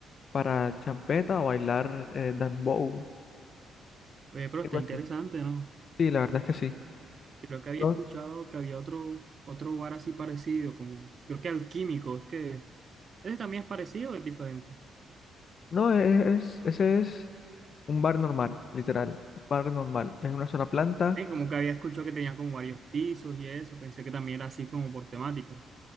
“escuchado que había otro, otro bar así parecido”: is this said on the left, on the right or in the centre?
Right